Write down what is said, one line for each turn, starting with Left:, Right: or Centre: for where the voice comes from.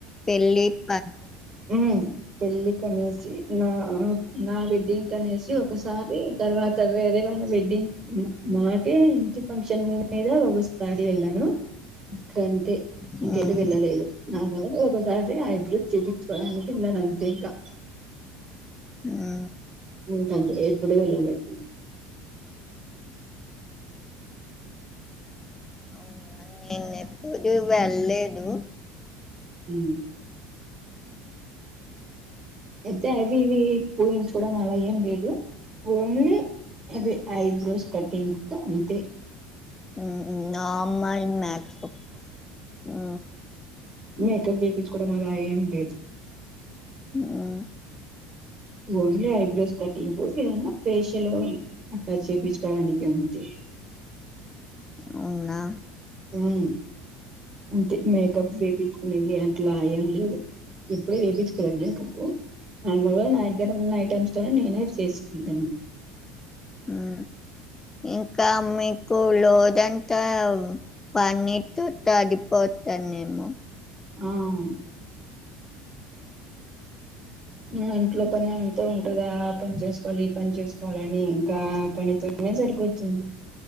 Left: పెళ్ళి ప
Right: ఉ పెళ్ళికనేసి నాక్ నా వెడ్డింగ్ కనేసి ఒకసారి తర్వాత వేరేవాన్ని పె డింక్ మాకే ఇంటి ఫంక్షన్ మీద ఒకసారి వెళ్ళను ఇంకంటే
Left: హ్మ్
Right: ఇంకెప్పుడు వెళ్ళలేదు నాకు ఒకసారి ఆ ఇప్పుడు చూపి చూడానికి వెళ్ళాను అంతే ఇంకా
Left: ఆ
Right: ఉంతంత్రి ఎప్పుడు వెళ్లలేదు.
Left: అవునా నేను ఎప్పుడు వెళ్లేదు
Right: ఉమ్ అయితే అవి ఇవి పోయించుకోవడం అలా ఏం లేదు. ఓన్లీ అది ఐబ్రోస్ కటింగ్ అంతే
Left: ఆ ఆ అమ్మాయి మాక్స్పో హా
Right: మేకప్ చేపించుకోవడం అలా ఏం లేదు
Left: ఆ
Right: ఓన్లీ ఐబ్రోస్ కటింగ్ కు ఏదన్నా ఫేషియల్ అక్కడ చేపించుకోడానికి ఉంది
Left: అవునా
Right: ఉమ్ అంతే మేకప్ వేపిచ్చుకునేది అట్లా ఏం లేదు ఎప్పుడు వేపిచ్చుకోలేదు మేకప్పు నార్మల్ గా నా దగ్గర ఉన్న ఐటెమ్స్ తో నేనే చేసుకుంటున్నా
Left: ఆ ఇంకా అమ్మి ఉలోదంతా పన్నిట్తో తగిపోతాను నేము
Right: ఆవును మ్మ్ ఇంట్లో పని ఎంతో ఉంటది ఆ పని చేసుకోవాలి ఈ పని చేసుకోవాలని ఇంకా పనితో ఏం సరిపోతుంది